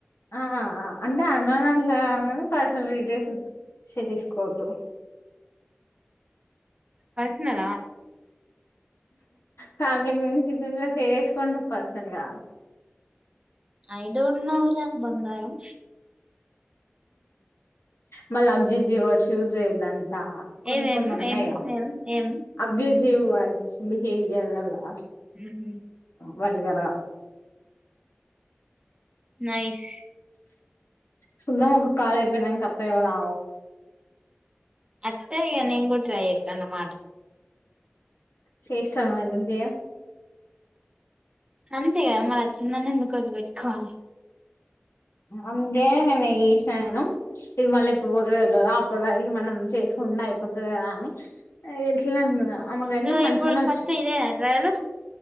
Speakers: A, on the left; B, on the right.
A: ఆ అంటే అన్నాను అట్లా కాదు గాని పర్సనల్ డీటెయిల్స్ ని షెర్ చేసుకోవద్దు
B: కలిసినారా
A: ఫ్యామిలీ గురించి చెప్తున్న షెర్ చేసుకుంటాం పర్సనల్ గా
B: ఐ డోంట్ నో రా బంగారం
A: మల అబ్జి జీ వ చూజ. దంతా కొన్ని
B: ఏమేం
A: కొన్ని ఉన్నాయా
B: ఏం ఏం ఏం
A: అబ్జిజ్ సేమ్ వర్డ్స్ బిహవియర్ అలా
B: హు హూ
A: వాళ్ళగారా
B: నైస్
A: సుద్ద ముక్కకు కాళ్ళయిపోయినాక వత్తాయి కదా
B: అత్తే ఇగ నేను గూడ ట్రై చేస్తా అన్నమాట.
A: చేస్తాం ఎందుకు చేయం
B: అంతే మ మనందుకుదిబట్కో
A: అంటే నను ఈసాను నేను ఇది మళ్ళీ ఇప్పుడు పోదు కుళాయికి మనం చేసుకుంటే అయిపోతాది కదా అని ఇట్లనే అన్నాను ఆమె వెన్న
B: నువ్వు
A: మంచిగానే
B: ఇప్పుడు
A: వచ్చింది
B: ఫస్ట్ ఇదేనా ట్రయల్